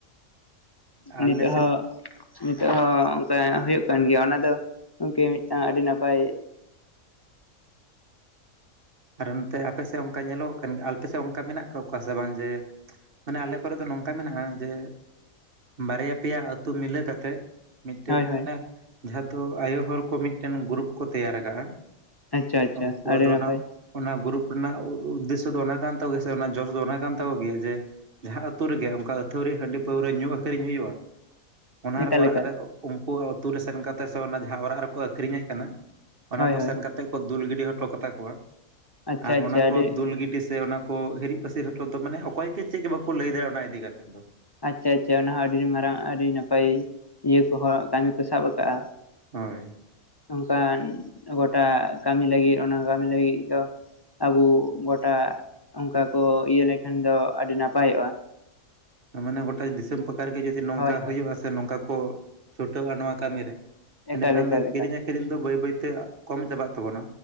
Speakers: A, on the right; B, on the left.
A: ᱟᱞᱮ
B: ᱱᱤᱛᱚᱜ
A: ᱥᱮᱫ
B: ᱦᱚᱸ ᱱᱤᱛᱚᱜ ᱦᱚᱸ ᱚᱱᱠᱟ ᱦᱩᱭᱩᱜ ᱠᱟᱱ ᱜᱮᱭᱟ ᱚᱱᱟ ᱫᱚ ᱜᱚᱝᱠᱮ ᱢᱤᱫᱴᱟᱝ ᱟᱹᱰᱤ ᱱᱟᱯᱟᱭ
A: ᱟᱨ ᱱᱚᱛᱮ ᱟᱯᱮ ᱥᱮᱫ ᱚᱱᱠᱟ ᱧᱮᱞᱚᱜ ᱠᱟᱱ ᱜᱮ ᱟᱯᱮ ᱥᱮᱫ ᱚᱱᱠᱟ ᱢᱮᱱᱟᱜ ᱠᱟᱜ ᱠᱚᱣᱟ ᱥᱮ ᱵᱟᱝ ᱡᱮ ᱢᱟᱱᱮ ᱟᱞᱮ ᱠᱚᱨᱮ ᱫᱚ ᱱᱚᱝᱠᱟ ᱢᱮᱱᱟᱜᱼᱟ ᱡᱮ ᱵᱟᱨᱭᱟ ᱯᱮᱭᱟ ᱟᱹᱛᱩ ᱢᱤᱞᱟᱹ ᱠᱟᱛᱮᱫ ᱢᱤᱫᱴᱮᱱ
B: ᱦᱳᱭ ᱦᱳᱭ
A: ᱢᱟᱱᱮ ᱡᱟᱦᱟᱸ ᱫᱚ ᱟᱭᱳ ᱦᱚᱲ ᱠᱚ ᱢᱤᱫᱴᱮᱱ ᱜᱨᱩᱯ ᱠᱚ ᱛᱮᱭᱟᱨ ᱠᱟᱜᱼᱟ
B: ᱟᱪᱪᱷᱟ ᱟᱪᱪᱷᱟ
A: ᱩᱱᱠᱩ
B: ᱟᱹᱰᱤ
A: ᱟᱫᱚ
B: ᱱᱟᱯᱟᱭ
A: ᱱᱟᱜ ᱚᱱᱟ ᱜᱨᱩᱯ ᱨᱮᱱᱟᱜ ᱩᱫᱽᱫᱮᱥᱥᱚ ᱫᱚ ᱚᱱᱟ ᱠᱟᱱ ᱛᱟᱠᱚ ᱜᱮᱭᱟ ᱥᱮ ᱚᱱᱟ ᱡᱚᱥ ᱫᱚ ᱚᱱᱟ ᱠᱟᱱ ᱛᱟᱠᱚ ᱜᱮᱭᱟ ᱡᱮ ᱡᱟᱦᱟᱸ ᱟᱹᱛᱩ ᱨᱮᱜᱮ ᱚᱱᱠᱟ ᱟᱹᱛᱷᱟᱹᱣᱲᱤ ᱦᱟᱺᱰᱤ ᱯᱟᱹᱣᱨᱟᱹ ᱧᱩ ᱟᱹᱠᱷᱨᱤᱧ ᱦᱩᱭᱩᱜᱼᱟ ᱚᱱᱟ
B: ᱮᱠᱟᱞ
A: ᱚᱲᱟᱜ
B: ᱮᱠᱟᱞ
A: ᱨᱮ ᱩᱱᱠᱩ ᱟᱛᱩ ᱨᱮ ᱥᱮᱱ ᱠᱟᱛᱮᱫ ᱥᱮ ᱡᱟᱦᱟᱸ ᱚᱲᱟᱜ ᱨᱮᱠᱚ ᱟᱹᱠᱷᱨᱤᱧᱮᱜ ᱠᱟᱱᱟ ᱚᱱᱟ
B: ᱦᱳᱭ
A: ᱠᱚ
B: ᱦᱳᱭ
A: ᱥᱮᱱ ᱠᱟᱛᱮ ᱠᱚ ᱫᱩᱞ ᱜᱤᱰᱤ ᱦᱚᱴᱚ ᱠᱟᱛᱟ ᱠᱚᱣᱟ
B: ᱟᱪᱪᱷᱟ
A: ᱟᱨ
B: ᱟᱪᱪᱷᱟ
A: ᱚᱱᱟ ᱠᱚ
B: ᱟᱹᱰᱤ
A: ᱫᱩᱞ ᱜᱤᱰᱤ ᱥᱮ ᱚᱱᱟ ᱠᱚ ᱦᱤᱨᱤᱡ ᱯᱟᱹᱥᱤᱨ ᱦᱚ ᱫᱚ ᱢᱟᱱᱮ ᱚᱠᱚᱭ ᱜᱮ ᱪᱮᱫ ᱵᱟᱠᱚ ᱞᱟᱹᱭ ᱫᱟᱲᱮᱭᱟᱜᱼᱟ ᱚᱱᱟ ᱤᱫᱤ ᱠᱟᱛᱮᱫ ᱫᱚ
B: ᱟᱪᱪᱷᱟ ᱟᱪᱪᱷᱟ ᱚᱱᱟᱦᱚᱸ ᱟᱹᱰᱤ ᱢᱟᱨᱟᱝ ᱟᱹᱰᱤ ᱱᱟᱯᱟᱭ ᱤᱭᱟᱹ ᱠᱚ ᱦᱚᱲ ᱠᱟᱹᱢᱤ ᱠᱚ ᱥᱟᱵ ᱟᱠᱟᱫᱟ
A: ᱦᱳᱭ
B: ᱚᱱᱠᱟᱱ ᱜᱚᱴᱟ ᱠᱟᱹᱢᱤ ᱞᱟᱹᱜᱤᱫ ᱚᱱᱟ ᱠᱟᱹᱢᱤ ᱞᱟᱹᱜᱤᱫ ᱫᱚ ᱟᱵᱚ ᱜᱚᱴᱟ ᱚᱱᱠᱟ ᱠᱚ ᱤᱭᱟᱹ ᱞᱮᱠᱷᱟᱱ ᱫᱚ ᱟᱹᱰᱤ ᱱᱟᱯᱟᱭᱚᱜᱼᱟ
A: ᱢᱟᱱᱮ ᱜᱳᱴᱟ ᱫᱤᱥᱚᱢ ᱯᱟᱠᱟ ᱨᱮᱜᱮ ᱡᱩᱫᱤ ᱱᱚᱝᱠᱟ
B: ᱦᱳᱭ ᱦᱳᱭ
A: ᱦᱩᱭᱩᱜᱼᱟ ᱥᱮ ᱱᱚᱝᱠᱟ ᱠᱚ ᱪᱷᱩᱴᱟᱹᱣᱼᱟ ᱱᱚᱣᱟ ᱠᱟᱹᱢᱤᱨᱮ
B: ᱮᱠᱟᱞ
A: ᱮᱸᱰᱮᱠᱷᱟᱱ
B: ᱮᱠᱟᱞ
A: ᱫᱚ ᱠᱤᱨᱤᱧ
B: ᱮᱠᱟᱞ
A: ᱟᱹᱠᱷᱨᱤᱧ ᱫᱚ ᱵᱟᱹᱭ ᱵᱟᱹᱭᱛᱮ ᱠᱚᱢ ᱪᱟᱵᱟᱜ ᱛᱟᱵᱚᱱᱟ